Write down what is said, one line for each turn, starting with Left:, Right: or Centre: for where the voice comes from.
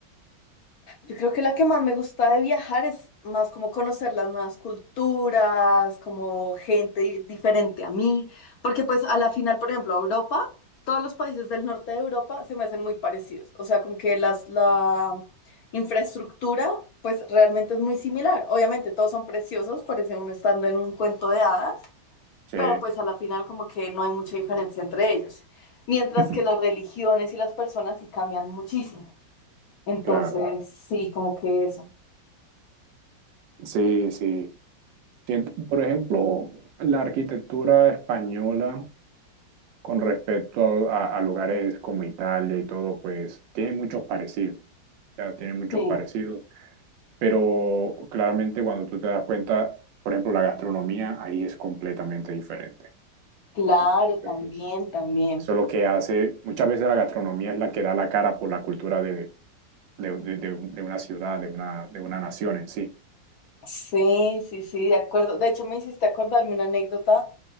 Left: Yo creo que la que más me gusta de viajar es más como conocer las nuevas culturas, como gente di- diferente a mí, porque pues a la final, por ejemplo, Europa, todos los países del norte de Europa se me hacen muy parecidos, o sea, como que las, la infraestructura pues realmente es muy similar. Obviamente todos son preciosos, parece uno estando en un cuento de hadas,
Right: Sí,
Left: pero pues a la final como que no hay mucha diferencia entre ellos, mientras
Right: <laughs>
Left: que las religiones y las personas sí cambian muchísimo. Entonces,
Right: claro.
Left: sí, como que eso.
Right: Sí, sí. Siento- por ejemplo, la arquitectura española con respecto a, a- a lugares como Italia y todo, pues tiene muchos parecidos. Ya tiene muchos
Left: Sí,
Right: parecidos. Pero claramente cuando tú te das cuenta, por ejemplo, la gastronomía ahí es completamente diferente.
Left: claro,
Right: Entonces,
Left: también, también.
Right: Eso es lo que hace, muchas veces la gastronomía es la que da la cara por la cultura de, de, de- de- de una ciudad, de una, de una nación en sí.
Left: Sí, sí, sí, de acuerdo. De hecho, me hiciste acordarme una anécdota